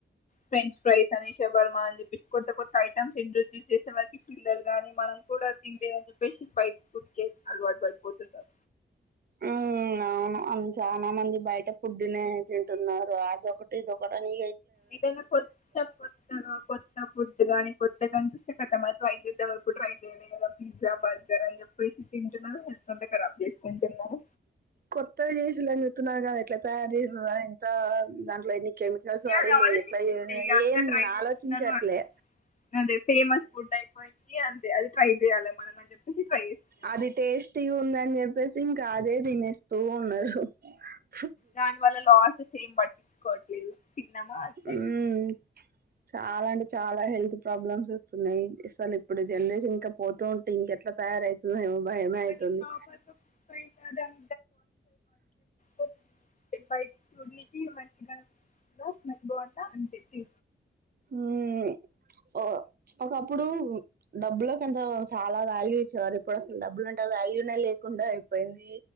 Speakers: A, on the left; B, on the right.
A: ఫ్రెంచ్ ఫ్రైస్ అని షబర్మ అని చెప్పేసి కొత్త కొత్త ఐటమ్స్ ఇంట్రొడ్యూస్ చేసే వారికి పిల్లలు గాని మనం కూడా తినలేదని చెప్పేసి బయట్ ఫుడ్ టెస్ట్ అలవాటు పడిపోతుంటం
B: ఉమ్ అవును ఆన్ చానా మంది బయట ఫుడ్ తినే తింటున్నారు అదొకటి ఇదొకటని
A: ఏదైనా కొత్త కొత్తగా కొత్త ఫుడ్డు గానీ కొత్తగాన్ చూస్తే కతం ట్రై చేద్దాం అని ఎప్పుడు ట్రై చేయలే గదా పిజ్జా బర్గర్ అని చెప్పేసి తిని తినా అంత ఖరాబ్ చేస్ ఏం తిన్నావ్
B: కొత్త గా చేసిల్లని చెప్తున్నారు గదా ఎట్లా తయారు చేయాల్ల రా ఎంతో దాంట్లో ఎన్ని కెమికల్స్
A: ఇగ
B: వాడింళ్ళు
A: అది ఆలోచించట్లే
B: ఎట్లా ఎ
A: ఇగ అంతా
B: ఎ ఏం
A: ట్రై
B: ఆలోచించట్లే
A: చేస్తున్నారు అదే ఫేమస్ ఫుడ్ అయిపోయింది అంతే అది ట్రై చేయాలి మనం అని చెప్పేసి ట్రై చేస్తున్నాము
B: అది టేస్టి గ ఉందని చెప్పేసి ఇంక అదే తినేస్తూ ఉన్నారు హు
A: దాన్ వల్ల లాస్ సీమ్ పట్ ఇచుకోవట్లేదు చిన్నమ్మా అంతయ్
B: ఉమ్ చాలా అంటే చాలా హెల్త్ ప్రాబ్లమ్స్ వస్తున్నాయి అసలు ఇప్పుడు జనరేషన్ ఇంకా పోతూ ఉంటే ఇంక ఎట్లా తయారయితదో ఏమో భయమే అయితుంది
A: అది కాపా దం వ బయట చూడ్ నికి మంచిగా బ మన్ బోండా అంతే తీ
B: మ్మ్ ఓ ప్చ్ ఒకప్పుడు డబ్బులకి అంత చాలా వాల్యూ ఇచ్చేవారు ఇప్పుడు అసలు డబ్బులంటే వాల్యూనే లేకుండా అయిపోయింది